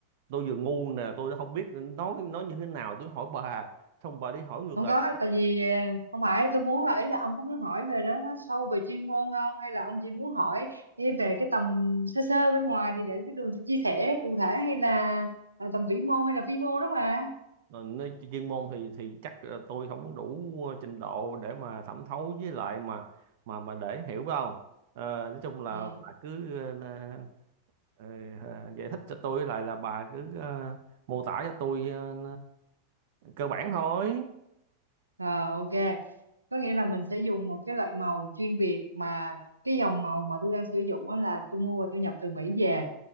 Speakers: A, on the right (about 50°); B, on the right (about 85°).
A: tôi vừa ngu nè, tôi đã không biết nói nói như thế nào, tôi hỏi bà, xong bà đi hỏi ngược
B: không
A: lại,
B: có tại vì ờ, không phải tôi muốn là ý là ông có muốn hỏi về đó nó sâu về chuyên môn không hay là ông chỉ muốn hỏi ý về cái tầm sơ sơ bên ngoài thì để cái đường tôi chia sẻ cụ thể hay là, là tầm vĩ mô hay là vi mô đó mà
A: Ờ, nơi chuyên môn thì thì chắc ờ, tôi không đủ trình độ để mà thẩm thấu với lại mà mà mà để hiểu đâu, Ờ, nói chung là
B: ừ.
A: bà cứ ờ, Ờ, à, giải thích cho tôi lại là bà cứ ờ, mô tả cho tôi ờ, cơ bản thôi
B: Rồi ok. Có nghĩa là mình sẽ dùng một cái loại màu chuyên biệt mà cái dòng màu mà tôi đang sử dụng đó là tôi mua và tôi nhập từ Mỹ về.